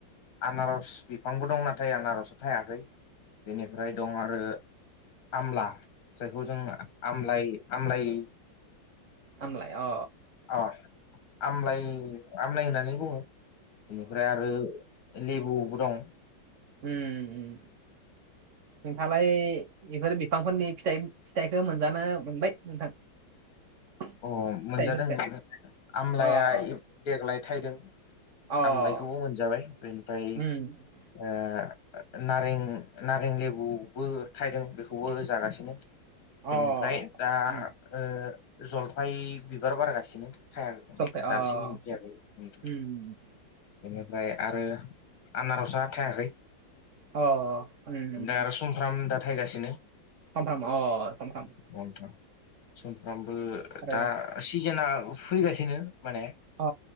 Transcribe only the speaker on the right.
आमलाय अ
उम्म नोंथाङालाय बेफोर बिफांफोरनि फिथाइ- फिथाइखौ मोनजानो मोनबाय नोंथां <unintelligible>
फिथाइफोरखौ
अ
अ
उम
अ
उम
जलफाय अ
उम
अ उम-उम
समब्राम अ समफ्राम।
आरो
अ